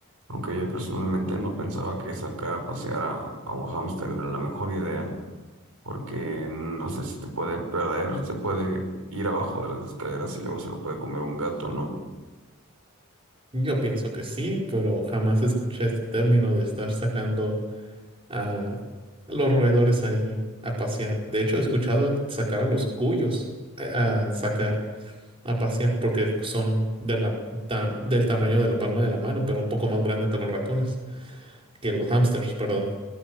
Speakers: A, on the right; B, on the right.
A: aunque yo personalmente no pensaba que sacar a pasear a, a un hámster era la mejor idea, porque no sé si te puede perder, se puede ir abajo de las escaleras y luego se lo puede comer un gato, ¿no?
B: Yo pienso que sí, pero jamás escuché este término de estar sacando a los roedores ahí a pasear. De hecho, he escuchado sacar a los cuyos a, a sacar a pasear porque son de la, tam- del tamaño de la palma de la mano, pero un poco más grande que los ratones, que los hámsters, perdón.